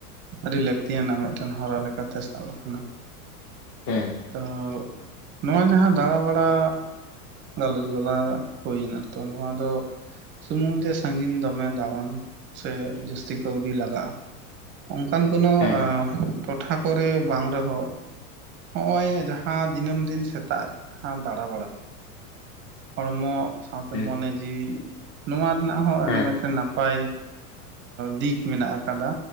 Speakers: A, on the right; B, on the left.
A: ᱟᱹᱰᱤ ᱞᱟᱹᱠᱛᱤᱭᱟᱱᱟᱜ ᱢᱤᱫᱴᱮᱱ ᱦᱚᱨᱟ ᱞᱮᱠᱟ ᱛᱮ ᱥᱟᱵ ᱟᱠᱟᱱᱟ
B: ᱦᱮᱸ
A: ᱛᱚ ᱱᱚᱣᱟ ᱡᱟᱦᱟᱸ ᱫᱟᱬᱟᱵᱟᱲᱟ ᱜᱟᱞᱚᱪ ᱵᱟᱞᱟ ᱦᱩᱭ ᱮᱱᱟ ᱛᱚ ᱱᱚᱣᱟ ᱫᱚ ᱥᱩᱢᱩᱝ ᱡᱮ ᱥᱟᱺᱜᱤᱧ ᱫᱚᱢᱮ ᱫᱟᱬᱟᱱ ᱥᱮ ᱡᱟᱹᱥᱛᱤ ᱠᱟᱹᱣᱰᱤ ᱞᱟᱜᱟᱜᱼᱟ ᱚᱝᱠᱟᱱ ᱠᱳᱱᱚ
B: ᱦᱮᱸ
A: ᱴᱚᱴᱷᱟ ᱠᱚᱨᱮ ᱵᱟᱝ ᱨᱮᱦᱚᱸ ᱦᱚᱜᱼᱚᱭ ᱡᱟᱦᱟᱸ ᱫᱤᱱᱟᱹᱢ ᱫᱤᱱ ᱥᱮᱛᱟᱜ ᱡᱟᱦᱟᱸ ᱫᱟᱬᱟᱵᱟᱲᱟ᱾ ᱦᱚᱲᱢᱚ ᱥᱟᱶᱛᱮ
B: ᱦᱮᱸ
A: ᱢᱚᱱᱮ ᱡᱤᱣᱤ ᱱᱚᱣᱟ ᱨᱮᱱᱟᱜ ᱦᱚᱸ
B: ᱦᱮᱸ
A: ᱟᱹᱰᱤ ᱢᱤᱫᱴᱮᱱ ᱱᱟᱯ ᱟᱭ ᱫᱤᱠ ᱢᱮᱱᱟᱜ ᱟᱠᱟᱫᱟ